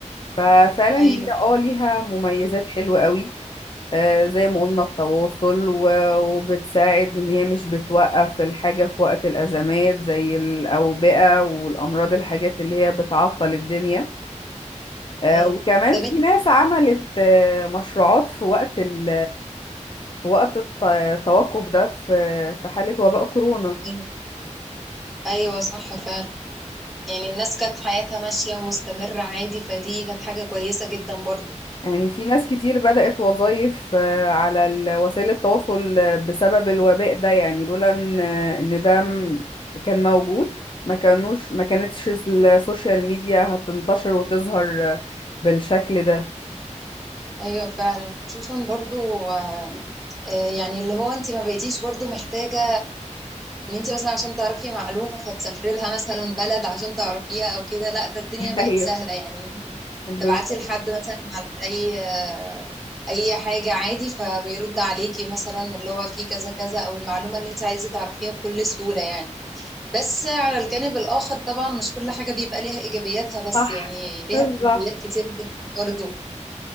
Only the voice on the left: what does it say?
ففعلا
هي اه ليها مميزات حلوة قوي آه، زي ما قلنا التواصل و- وبتساعد إن هي مش بتوقف الحاجة في وقت الأزمات زي الأوبئة والأمراض الحاجات اللي هي بتعطل الدنيا آه،
وكمان
في
ناس عملت آه، مشروعات في وقت ال في وقت الت- التوقف ده في في حالة وباء كورونا
يعني في ناس كتير بدأت وظائف آه، على ال- وسائل التواصل آه، بسبب الوباء ده يعني لولا ان إن ده م- كان موجود ما كانوش ما كانتش السوشيال ميديا هتنتشر وتظهر آه، بالشكل ده
<laughs>
ايوه
بالظبط
صح
بالظبط